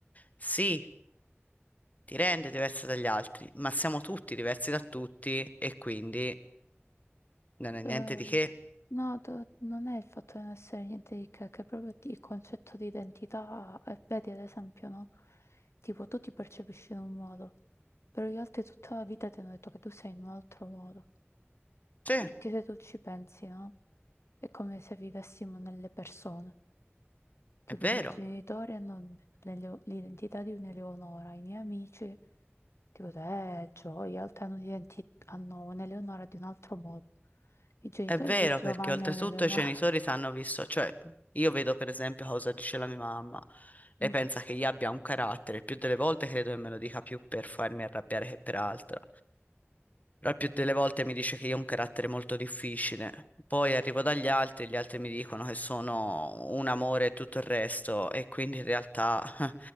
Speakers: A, on the left (about 35°); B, on the left (about 85°).
A: Sì, ti rende diversa dagli altri, ma siamo tutti diversi da tutti e quindi non è niente
B: Eh,
A: di che.
B: no, do- non è il fatto di non essere niente di che, che è proprio il concetto di identità, eh, vedi ad esempio, no? Tipo tu ti percepisci in un modo, però gli altri tutta la vita ti hanno detto che tu sei in un altro modo,
A: Sì, è
B: perché se tu ci pensi, no? È come se vivessimo nelle persone, tipo
A: vero.
B: i miei genitori hanno l'Ele- l'identità di un'Eleonora, i miei amici. Tipo, eh, gioia, Altano di Enti hanno un'Eleonora di un altro modo. I genitori
A: È vero
B: di Giovanni
A: perché oltretutto
B: hanno Eleonora.
A: i genitori sanno visto, cioè io vedo per esempio cosa dice la mia mamma, lei
B: <laughs>
A: pensa che io abbia un carattere, il più delle volte credo che me lo dica più per farmi arrabbiare che per altro. La più delle volte mi dice che io ho un carattere molto difficile, poi arrivo dagli altri, gli altri mi dicono che sono un amore e tutto il resto, e quindi in realtà <laughs>